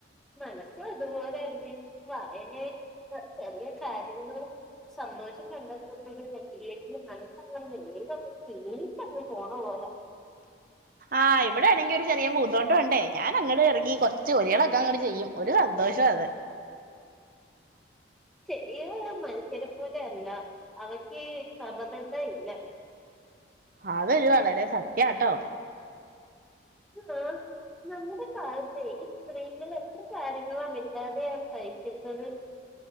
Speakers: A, in the centre; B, on the right.
A: മനസ്സു അതുപോലെ തന്നെ വായനേ ചെറിയ കാര്യങ്ങളും സന്തോഷം കണ്ടെത്തുന്നവരല്ലേ. മനസ്സ <unintelligible> പോണ പോലെ.
B: ആ ഇവിടെ ആണെങ്കിൽ ഒരു ചെറിയ പൂന്തോട്ടം ഒണ്ടേ ഞാൻ അങ്ങട്ട് ഇറങ്ങി കൊറച്ച് ജോലികളൊക്കെ അങ്ങട്ട് ചെയ്യും ഒരു സന്തോഷാത്.
A: ചെറിയ മത്സരം പോലെ അല്ല അവയ്ക്ക് സൊമതത്ത ഇല്ല.
B: അതൊരു വളരെ സത്യാട്ടോ.
A: ആ നമ്മുടെ കാലത്ത് സ്ത്രീകൾ എത്ര കാര്യങ്ങള മിണ്ടാതെ അങ്ങട്സഹിച്ചിര്ന്നത്.